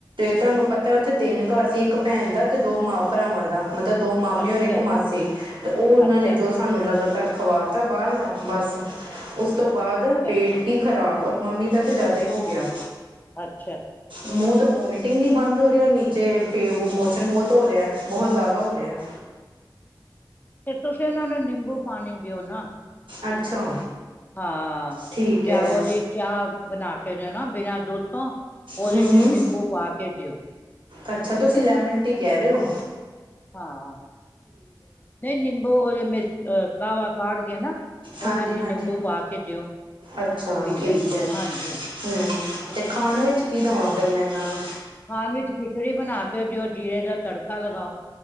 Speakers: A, on the right; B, on the left.
A: ਤੁਹਾਨੂੰ ਪਤਾ ਉੱਥੇ ਤਿੰਨ ਘਰ ਸੀ ਇੱਕ ਭੈਣ ਦਾ ਤੇ ਦੋ ਮਾਂ ਭਰਾਵਾਂ ਦਾ। ਮਤਲਬ ਦੋ ਮਾਮੇ
B: ਅੱਛਾ
A: ਔਰ ਇੱਕ ਮਾਸੀ ਤੇ ਉਹ ਉਹਨਾਂ
B: ਅੱਛਾ
A: ਨੇ ਜੋ ਸਾਨੂੰ ਲਗਾਤਾਰ ਖਵਾ ਤਾ ਬਾਹਰ ਦਾ ਬਸ ਉਸ ਤੋਂ ਬਾਅਦ
B: ਅੱਛਾ
A: ਪੇਟ ਕੀ ਖ਼ਰਾਬ ਪਰ ਮੰਮੀ ਦਾ ਤੇ ਜ਼ਿਆਦਾ ਹੀ ਹੋ ਗਿਆ।
B: ਅੱਛਾ।
A: ਮੂੰਹ ਤੋਂ ਵੋਮਟਿੰਗ ਨੀ ਬੰਦ ਹੋ ਰਈ ਰ ਨੀਚੇ ਮੋਸ਼ਨ ਬਹੁਤ ਹੋ ਰਿਆ, ਬਹੁਤ ਜ਼ਿਆਦਾ ਹੋ ਰਿਆ।
B: ਤੇ ਤੁਸੀਂ ਇਹਨਾਂ ਨੂੰ ਨਿੰਬੂ ਪਾਣੀ ਦਿਓ ਨਾ
A: ਅੱਛਾ।
B: ਹਾਂ
A: ਠੀਕ
B: ਡ
A: ਹੈ
B: ਉਹਦੀ ਚਾਹ ਬਣਾ ਕੇ ਨਾ ਬਿਨਾਂ ਦੁੱਧ ਤੋਂ ਉਹਦੇ
A: ਹੂੰ
B: ਚ
A: ਹੂੰ
B: ਨਿੰਬੂ ਪਾ ਕੇ ਦਿਓ
A: ਅੱਛਾ ਤੁਸੀਂ ਲੈਮਨ ਟੀ ਕਹਿ ਰੇ ਓ
B: ਹਾਂ, ਨਹੀਂ ਨੀਂਬੂ ਉਹਦੇ ਮਿ ਅ ਕਾਵਾ ਕਾਡ ਕੇ ਨਾ ਉਹਦੇ
A: ਹਾਂਜੀ-ਹਾਂਜੀ,
B: ਚ ਨਿੰਬੂ ਪਾ ਕੇ ਦਿਓ
A: ਅੱਛਾ
B: ਪੀ
A: ਠੀਕ
B: ਲੈਣਗੇ
A: ਐ,
B: ਹਾਂਜੀ
A: ਹੂੰ। ਤੇ ਖਾਨ ਵਿੱਚ ਕੀ ਦਵਾਂ ਫਿਰ ਮੈਂ ਇਹਨਾਂ ਨੂੰ?
B: ਖਾਣ ਵਿੱਚ ਖਿਚੜੀ ਬਣਾ ਕੇ ਦਿਓ ਜੀਰੇ ਦਾ ਤੜਕਾ ਲਗਾਓ